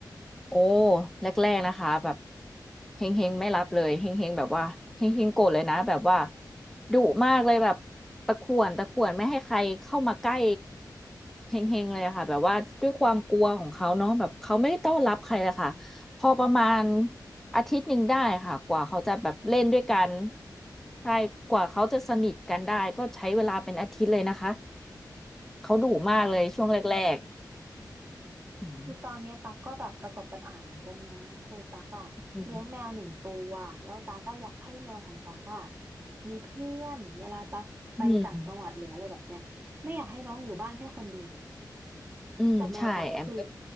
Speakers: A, in the centre; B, on the right.
A: โอ้แรกๆนะคะแบบเฮงเฮงไม่รับเลยเฮงเฮงแบบว่าเฮงเฮงโกรธเลยนะแบบว่าดุมากเลยแบบตะข่วนตะข่วนไม่ให้ใครเข้ามาใกล้เฮงเฮงเลยอะค่ะแบบว่าด้วยความกลัวของเขาเนาะแบบเขาไม่ได้ต้อนรับใครเลยค่ะพอประมาณอาทิตย์หนึ่งได้ค่ะกว่าเขาจะแบบเล่นด้วยกันใช่กว่าเขาจะสนิทกันได้ก็ใช้เวลาเป็นอาทิตย์เลยนะคะเขาดุมากเลยช่วงแรก
B: อืม
A: ๆอืม
B: คือตอนเนี้ยตั๊กก็แบบประสบปัญหาเหมือนกันนะคือตั๊กอะเลี้ยงแมวหนึ่งตัวแล้วตั๊กก็อยากให้แมวของตั๊กอะ
A: อืม
B: มีเพื่อนเวลาตั๊กไปต่างจังหวัดหรืออะไรแบบเนี้ยไม่อยากให้น้องอยู่บ้านแค่คนเดียวอะ
A: อืมอืมใช่แอม
B: แต่แมวตั๊กคือ